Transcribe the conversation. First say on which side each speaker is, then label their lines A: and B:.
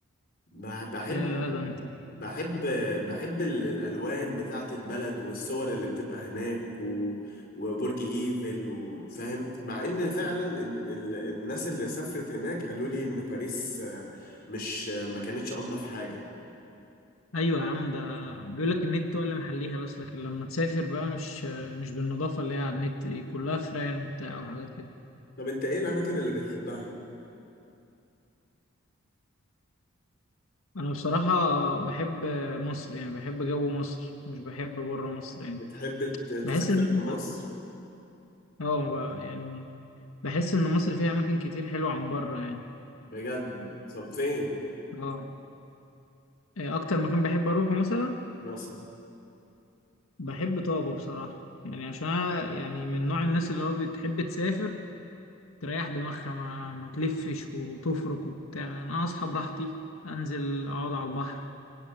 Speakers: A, on the left (about 45°); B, on the left (about 80°).
A: بح- بحب
B: يا ده انت
A: بحب بحب ال- الألوان بتاعة البلد والصور اللي بتبقى هناك و... وبرج إيفل وفاهم مع إن فعلا إن- ال... الناس اللي سافرت هناك قالوا لي إن باريس آه، مش آه، ما كانتش أنضف حاجة
B: ايوه يا عم ده بيقول لك النت هو اللي محليها بس لكن لما تسافر بقى مش مش بالنظافه اللي هي على النت دي كلها فران وبتاع وحاجات كده
A: طب أنت إيه الأماكن اللي بتحبها؟
B: انا بصراحة بحب مصر يعني بحب جو مصر مش بحب بره مصر يعني
A: بتحب ت- تسافر
B: بحس ان
A: في مصر؟
B: إحنا- اه ب- يعني بحس ان مصر فيها اماكن كتير حلوة عن بره يعني
A: بجد طب فين
B: اه إيه اكتر مكان بحب اروحه مثلا
A: مثلا؟
B: بحب طابة بصراحة يعني عشان أنا يعني من نوع الناس اللي هو بتحب تسافر تريح دماغها ما, ما تلفش وتفرك وبتاع انا اصحى براحتي انزل اقعد على البحر